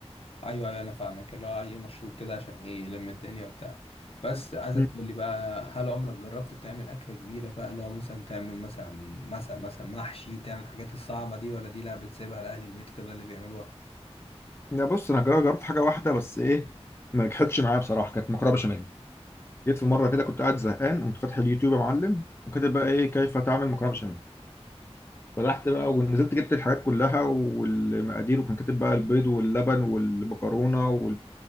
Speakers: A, on the left; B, on the left.
A: ايوه ايوه انا فاهمك اللي هو اي مشروب كده عشان ايه يلم الدنيا وبتاع بس عايزك
B: مم.
A: تقول لي بقى هل عمرك جربت تعمل اكله كبيره بقى اللي هو مثلا تعمل مثلا مثلا مثلا محشي تعمل الحاجات الصعبه دي ولا دي لا بتسيبها لاهل البيت كده اللي بيعملوها
B: يا بص انا جربت جربت حاجه واحده بس ايه ما نجحتش معايا بصراحه كانت مكرونه بشاميل جيت في مره كده كنت قاعد زهقان قمت فاتح اليوتيوب يا معلم وكاتب بقى ايه كيف تعمل مكرونه بشاميل فتحت بقى ونزلت جبت الحاجات كلها والمقادير وكان كاتب بقى البيض واللبن والمكرونه وال...